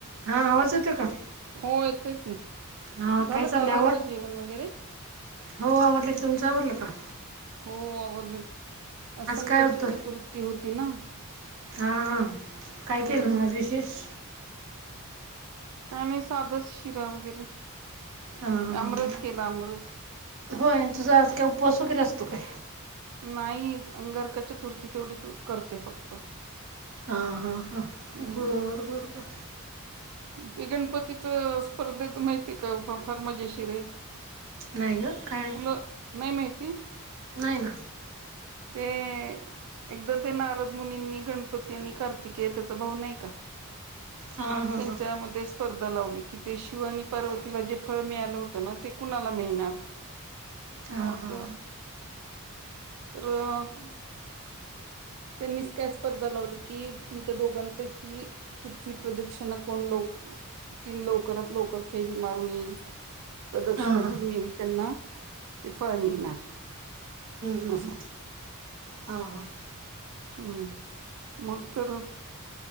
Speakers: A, on the right (about 60°); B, on the right (about 85°).
A: हा, आवाज यतो का?
B: हो, येतोय की,
A: हा
B: झालं
A: काय चाललंय
B: का आवरलं जेवण वगैरे.
A: हो आवरलं की,, तुमचं आवरलं का?
B: हो आवरलं की,, आज संकष्टी
A: काय होतं?
B: चतुर्ी होती ना.
A: हा हां,
B: हम्म
A: काय केलं मग आज विशेष?
B: काय नाही साधच,, शिरा वगैरे,
A: हा हा
B: अमरस
A: हा
B: केला अमरस.
A: होय,, तझं आज काय उपवास वगैरे असतोय काय?
B: नाही, अंगारका चतुर्थी तेवढी करते फक्त.
A: हा हा हा,,
B: हम्म
A: बर बर बर.
B: ते गणपतीचं स्पर्धेच माहितीय का, फार मजेशीर आहे.
A: नाही ग,, काय?
B: तुला नाही माहीती.
A: नाही ना,
B: ते, एकदम ते नारद मुनींनी गणपती आणि कार्तिके त्याचा भाऊ नाही का,,
A: हा हा
B: त्यांच्यामध्येच,
A: हा
B: स्पर्धा लावली की,, ते शिव आणि पार्वतीला जे फळ मिळालं होतं ना,, ते कुणाला मिळणार.
A: हा
B: मग,,
A: हा
B: रऽ त्यांनीच काय स्पर्धा लावली की,, तुमच्या दोघांपैकी, पृथ प्रदक्षिणा ऽ कोण ल, ती लवकरात लवकर फेरी मारून येईल. प्रदक्षिणा
A: हा हा
B: घालून येईल त्यांना, ते फळ मिळणार.
A: ह् ह
B: असं
A: हा हा..
B: हम्म,, मतरऽ